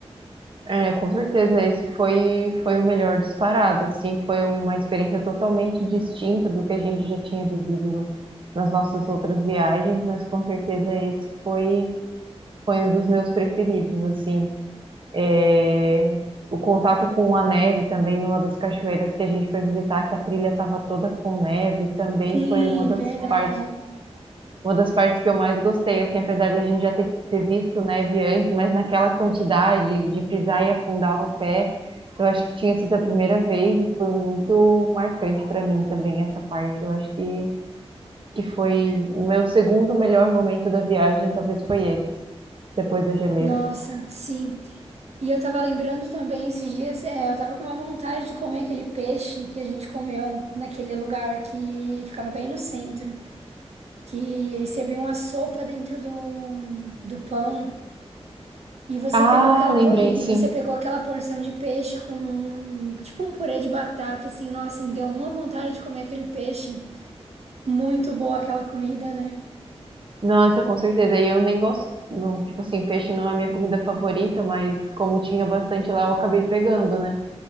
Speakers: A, on the right; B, on the right.
A: É, com certeza, esse foi, foi o melhor disparado, assim, foi uma experiência totalmente distinta do que a gente já tinha vivido nas nossas outras viagens, mas com certeza esse foi Foi um dos meus preferidos, assim. É, O contato com a neve também, numa das cachoeiras que a gente foi visitar, que a trilha estava toda com neve, também
B: Sim,
A: foi uma das
B: verdade.
A: partes, uma das partes que eu mais gostei, assim, apesar da gente já ter, ter visto neve antes, mas naquela quantidade de pisar e afundar o pé, eu acho que tinha sido a primeira vez e foi muito marcante para mim também essa parte. Eu acho que, que foi o meu segundo melhor momento da viagem, talvez foi esse, depois da geleira.
B: Nossa, sim. E eu tava lembrando também esses dias, é, eu tava com uma vontade de comer aquele peixe que a gente comeu naquele lugar que ficava bem no centro, que eles serviam a sopa dentro do, do pão. E você
A: Ah,
B: pegou aquela
A: lembrei,
B: po- e
A: sim.
B: você pegou aquela porção de peixe com tipo um purê de batata assim, nossa, me deu uma vontade de comer aquele peixe. Muito boa aquela comida, né?
A: Nossa, com certeza. E eu nem gosto, não, tipo assim, peixe não é a minha comida favorita, mas como tinha bastante lá, eu acabei pegando, né?